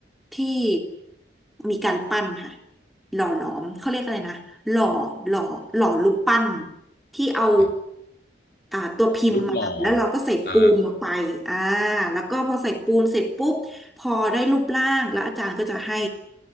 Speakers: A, in the centre; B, on the left.
A: ที่มีการปั้นค่ะ หล่อหลอมเขาเรียกอะไรนะหล่อหล่อหล่อรูปปั้นที่เอา
B: อ๋อ
A: อ่าตัวพิมพ์มาแล้วเราก็ใส่ปูนลงไปอ่า
B: รูปหล่ออ่า
A: แล้วก็พอใส่ปูนเสร็จปุ๊บพอได้รูปร่างแล้วอาจารย์ก็จะให้